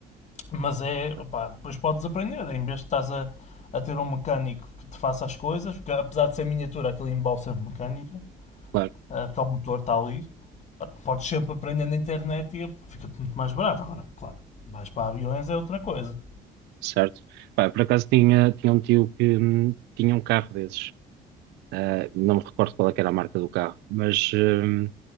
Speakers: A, on the left (about 45°); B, on the right (about 80°).
A: Mas é,
B: ok,
A: pá, depois podes aprender, em vez de estás a, a ter um mecânico que te faça as coisas, porque apesar de ser miniatura, aquilo envolve sempre mecânica,
B: Claro,
A: ah, porque o motor está ali, podes sempre aprender na internet e fica-te muito mais barato. Agora, claro, vais para aviões é outra coisa.
B: certo. Pá, por acaso tinha, tinha um tio que hum, tinha um carro desses. Ah, não me recordo qual é que era a marca do carro, mas hum,